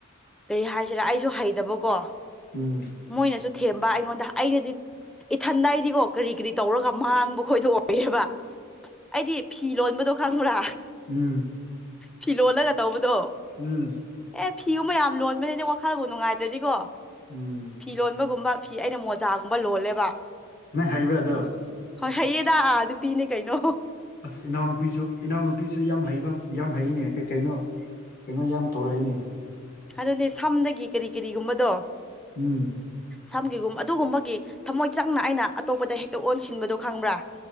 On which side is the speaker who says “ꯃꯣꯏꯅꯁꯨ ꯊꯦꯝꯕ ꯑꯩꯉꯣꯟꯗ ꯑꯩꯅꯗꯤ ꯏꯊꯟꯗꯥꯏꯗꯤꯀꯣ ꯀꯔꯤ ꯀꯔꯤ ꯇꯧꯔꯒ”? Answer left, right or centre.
Centre